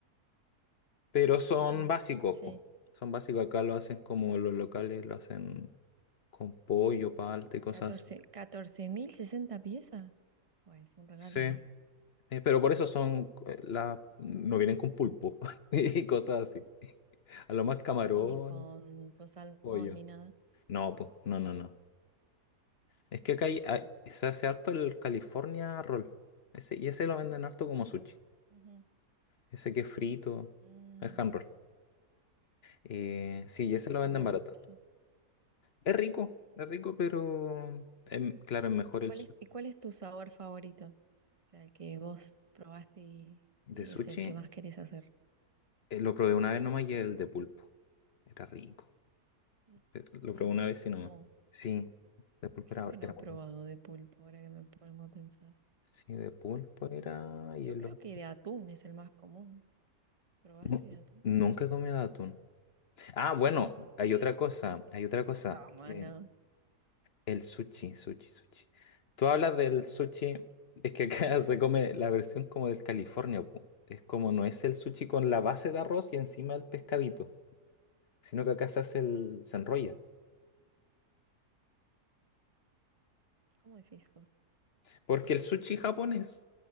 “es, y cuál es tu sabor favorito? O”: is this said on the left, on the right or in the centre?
Right